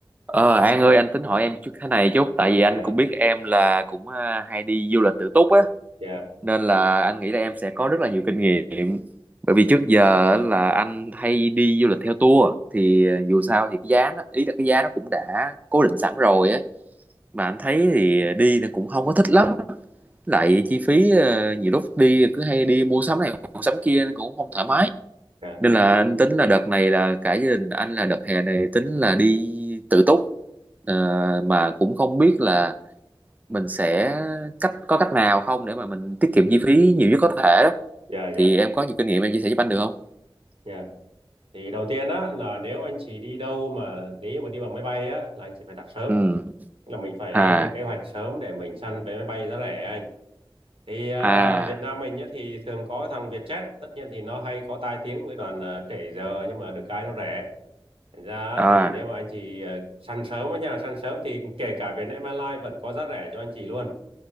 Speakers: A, on the right (about 15°); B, on the right (about 85°).
A: Ờ, An ơi anh tính hỏi em chút thế này chút tại vì anh
B: dạ
A: cũng biết em là cũng à, hay đi du lịch tự túc á
B: dạ
A: nên là anh nghĩ là em sẽ có rất là nhiều kinh nghiệm bởi vì trước giờ á, là anh hay đi du lịch theo tour thì ờ, dù sao thì cái giá nó ý là cái giá nó cũng đã cố định sẵn rồi á mà anh thấy thì đi nó cũng không có thích lắm lại chi phí ờ, nhiều lúc đi cứ hay đi mua sắm này mua sắm kia nên cũng không thoải mái
B: dạ
A: nên là anh tính là đợt này là cả gia đình anh là đợt hè này tính là đi tự túc Ờ, mà cũng không biết là mình sẽ cách có cách nào không để mà mình tiết kiệm chi phí nhiều nhất có thể đó
B: dạ
A: thì
B: dạ
A: em có nhiều kinh nghiệm em chia sẻ giúp anh được không
B: dạ thì đầu tiên á là nếu anh chị đi đâu mà nếu mà đi bằng máy bay á là anh chị phải đặt sớm
A: ừ
B: Tức là mình phải
A: à
B: lên cái kế hoạch sớm để mình săn vé máy bay giá rẻ anh thì ờ,
A: à
B: Việt Nam mình nhá thì thường có thằng Vietjet tất nhiên thì nó hay có tai tiếng với đoàn ờ, trễ giờ nhưng mà được cái nó rẻ Thành ra
A: à
B: thì nếu mà anh chị ờ, săn sớm á nha săn sớm thì kể cả Vietnam Airlines vẫn có giá rẻ cho anh chị luôn